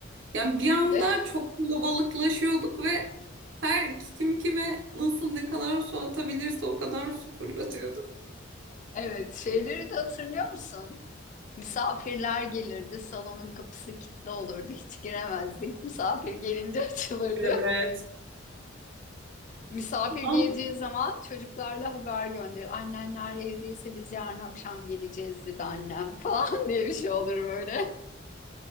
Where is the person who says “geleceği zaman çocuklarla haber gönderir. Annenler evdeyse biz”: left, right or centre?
Left